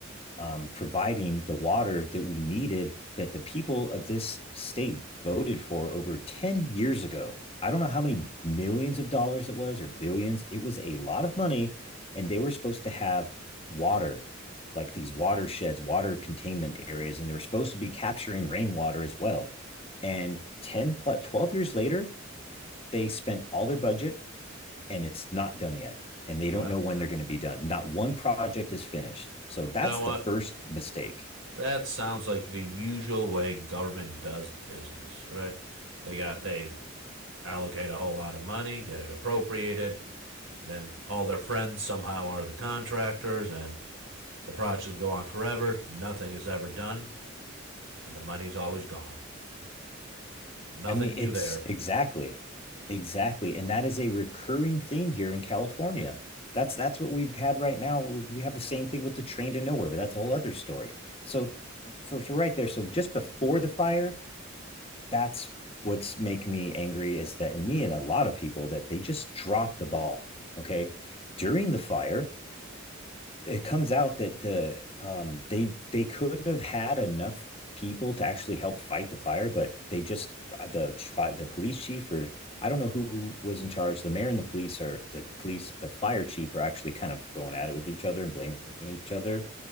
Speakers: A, on the left (about 30°); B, on the right (about 75°).
A: um, providing the water that we needed that the people of this state voted for over 10 years ago. I don't know how many millions of dollars it was or billions. It was a lot of money. And they were supposed to have water, like these watersheds, water containment areas. And they were supposed to be capturing rainwater as well. And 10 plus 12 years later, they spent all their budget and it's not done yet and they
B: Well,
A: don't know when they're going to be done not one project is finished so that's
B: You know what?
A: the first mistake
B: That sounds like the usual way government does business, right? They got they allocate a whole lot of money, get it appropriated, then all their friends somehow are the contractors and the projects go on forever, nothing is ever done, and the money's always gone. Nothing
A: i mean
B: new
A: it's
B: there.
A: exactly exactly and that is a recurring theme here in california that's that's what we've had right now we have the same thing with the train to nowhere but that's a whole other story so for, for right there so just before the fire that's what's making me angry is that in me and a lot of people that they just dropped the ball okay during the fire it comes out that the um, they they could have had enough people to actually help fight the fire, but they just uh, the the police chief or I don't know who was in charge. The mayor and the police are the police, the fire chief are actually kind of going at it with each other and blaming each other.